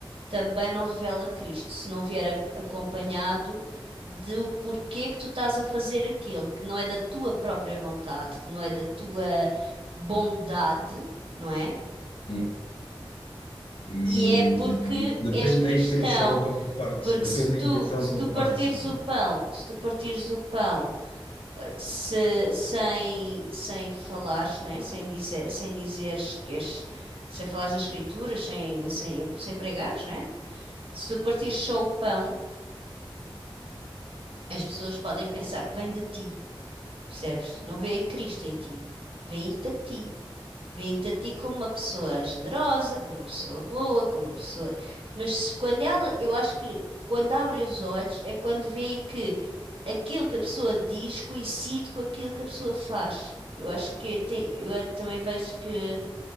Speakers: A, on the right; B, on the left.
A: também não revela Cristo, se não vier a- acompanhado do porquê que tu estás a fazer aquilo, que não é da tua própria vontade, que não é da tua bondade, não é?
B: Hum, hum,
A: E é porque
B: depende
A: és cristão,
B: da intenção como que partes,
A: porque
B: depende
A: se tu,
B: da intenção
A: se
B: como
A: tu
B: que
A: partires
B: partes o pão.
A: o pão, se tu partires o pão se- sem, sem falares, né? Sem dizer, sem dizeres que és, sem falares das escrituras, sem, sem, sem pregares, né? Se tu partires só o pão, as pessoas podem pensar que vem de ti, percebes? Não vêem Cristo em ti, vêem-te a ti. vem te a ti como uma pessoa generosa, como uma pessoa boa, como uma pessoa. Mas se- quando ela, eu acho que quando abrem os olhos é quando veem que aquilo que a pessoa diz coincide com aquilo que a pessoa faz. Eu acho que tem, eu a- também vejo que,